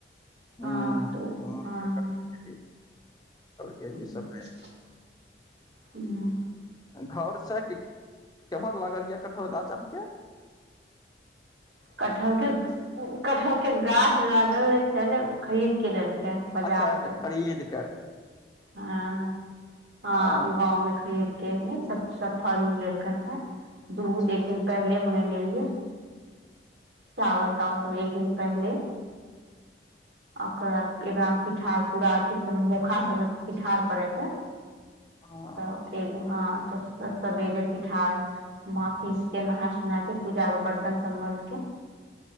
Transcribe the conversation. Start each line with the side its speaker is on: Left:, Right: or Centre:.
Left: हूँ
Right: हँ त हँ
Left: कटहल के
Right: ह
Left: भी सब है।
Right: हू
Left: घर से केम्हर लागल ये कटहल गाछ अहाँ के
Right: कटहर के कटहर के गाछ लागल ने छै ने खरीद के लेलकै बजार
Left: अच्छा अच्छा खरीद कए
Right: हँ हँ
Left: आ
Right: गाँवमे खेद के ह सब <unintelligible> फालूल लेलकनि रह दूध
Left: अच्छा
Right: एक
Left: अच्छा
Right: दिन पहिले मगेने लियए चावल तावल सब एक दिन पहले ओकर बाद एकरा पिठार पूरा अथी सब मोखा सब पिठार पड़ै छै
Left: हँ
Right: तऽ एगो हँ त सबेरे पिठार मा पीस के नहा सोना के पूजा के बर्तन सब मल के